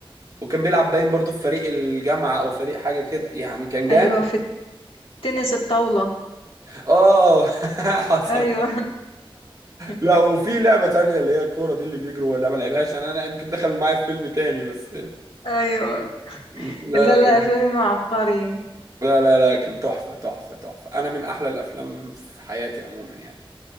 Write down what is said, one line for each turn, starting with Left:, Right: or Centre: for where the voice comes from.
Right: وكان بيلعب باين برضه في فريق الجامعة أو فريق حاجة كده يعني كان جامد
Left: ايوه في التنس الطاولة
Right: آه <laughs> حصل
Left: ايوه
Right: <laughs>
Left: <laughs>
Right: لا وفي لعبة تانية اللي هي الكورة دي اللي بيجروا ولا ما لعبهاش أنا أنا يمكن دخل معايا في فيلم تاني بس
Left: ايوه
Right: لا
Left: لا
Right: لا
Left: لا
Right: كان
Left: فيلم عبقري
Right: لا لا لا كان تحفة تحفة تحفة أنا من أحلى الأفلام في حياتي عموما يعني